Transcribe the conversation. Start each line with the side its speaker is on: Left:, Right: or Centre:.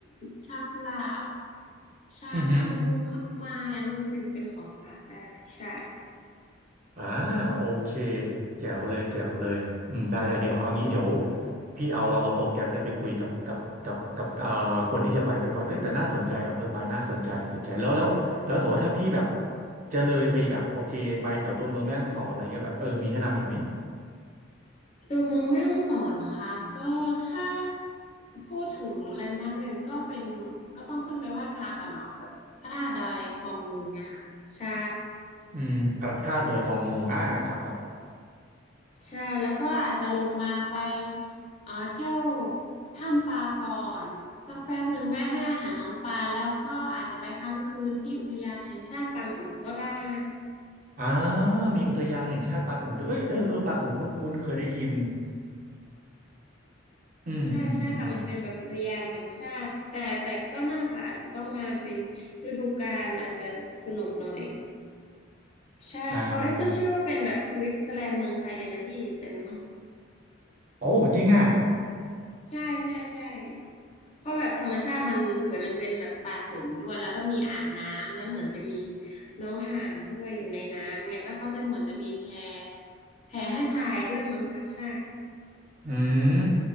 Left: <clears throat> ชากุหลาบชาคาโมงคาโมไมล์อันนั้นมันเป็นเป็นของฝากได้ใช่
Right: อือฮึอ่าโอเคแจ๋วเลยแจ๋วเลยอืมได้ได้เดี๋ยวเอางี้เดี๋ยวพี่เอาลองเอาโปรแกรมเนี่ยไปคุยกับกับกับกับเอ่อคนที่จะไปด้วยก่อนเอ้ยแต่น่าสนใจอำเภอปายน่าสนใจสนใจแล้วแล้วแล้วสมมติว่าถ้าพี่แบบจะเลยไปอีกอะโอเคไปแถวตัวเมืองแม่ฮ่องสอนอะไรเงี้ยแบบเออมีแนะนำอีกไหม
Left: <clears throat> ตัวเมืองแม่ฮ่องสอนเหรอคะก็ถ้าพูดถึงแลนด์มาร์กเรียนก็เป็นก็ต้องขึ้นไปไหว้พระก่อนเนาะแบบพระธาตุดอยกองมูไงค่ะใช่
Right: อืมพระธาตุดอยกองมูอ่าครับครับ
Left: ใช่แล้วก็อาจจะลงมาไปเอ่อเที่ยวถ้ำปลาก่อนสักแป๊บหนึ่งแวะให้อาหารน้องปลาแล้วก็อาจจะไปค้างคืนที่อุทยานแห่งชาติปางอุ๋งก็ได้
Right: อ่ามีอุทยานแห่งชาติปางอุ๋งด้วยเอ้ยเออเออปางอุ๋งคุ้นคุ้นเคยได้ยินอืมอืมอืม
Left: ใช่ใช่ค่ะมันเป็นแบบอุทยานแห่งชาติแต่แต่ก็นั่นแหละค่ะอาจจะต้องมาเป็นฤดูกาลอาจจะสนุกหน่อยใช่เขาได้ขึ้นชื่อว่าเป็นแบบสวิตเซอร์แลนด์เมืองไทยเลยนะพี่แต่หนู
Right: อ่า
Left: <laughs>
Right: โอ้จริงอ่ะ
Left: ใช่ใช่ใช่ เพราะแบบธรรมชาติมันสวยมันเป็นแบบป่าสนด้วยแล้วก็มีอ่างน้ำแล้วเหมือนจะมีน้องห่านด้วยอยู่ในน้ำเนี่ยแล้วเขาจะเหมือนจะมีแพแพให้พายด้วยมั้งคะใช่
Right: อืม